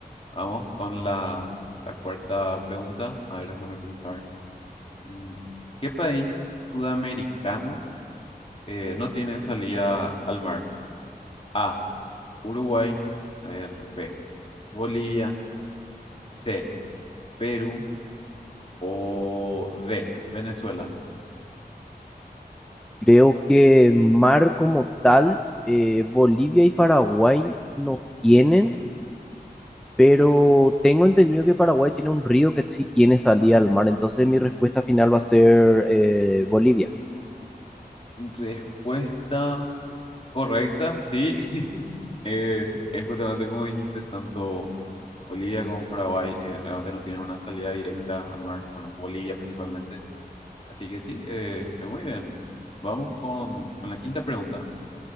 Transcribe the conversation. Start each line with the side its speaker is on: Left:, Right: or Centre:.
Left: Vamos con la, la cuarta pregunta, a ver, déjame pensar. Mm, ¿Qué país sudamericano eh, no tiene salida al mar? A, Uruguay, a ver, B, Bolivia. C, Perú o D, Venezuela.
Centre: Creo que mar como tal, eh, Bolivia y Paraguay no tienen, pero tengo entendido que Paraguay tiene un río que sí tiene salida al mar, entonces mi respuesta final va a ser eh, Bolivia.
Left: Respuesta correcta, sí. <laughs> Eh, es justamente como dijiste, tanto Bolivia como Paraguay eh, realmente no tienen una salida directa al mar, bueno, Bolivia principalmente. Así que sí, eh, eh, muy bien. Vamos con, con la quinta pregunta.